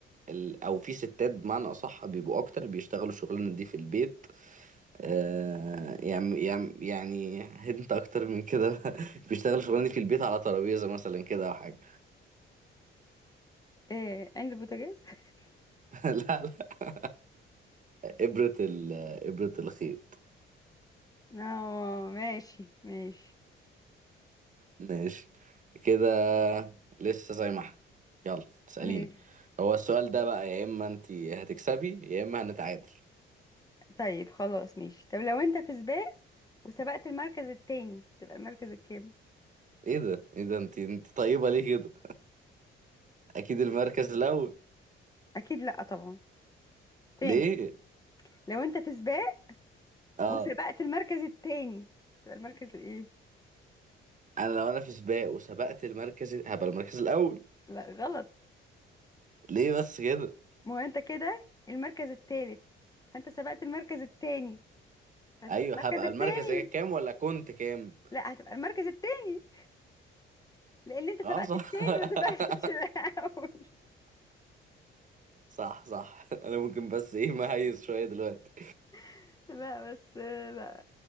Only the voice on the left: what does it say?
ايه عين البوتاجاز <laughs>
اه ماشي ماشي
ماشي
طيب خلاص ماشي طب لو انت في سباق وسبقت المركز التاني تبقى المركز الكام
اكيد لا طبعا تاني
لو انت في سباق
وسبقت المركز التاني تبقى المركز الايه
لا غلط
ما هو انت كده المركز الثالث فانت سبقت المركز الثاني هتبقى
المركز
الثاني
لا هتبقى المركز الثاني لان انت سبقت
الثاني
ما سبقتش الاول
<laughs> لا بس لا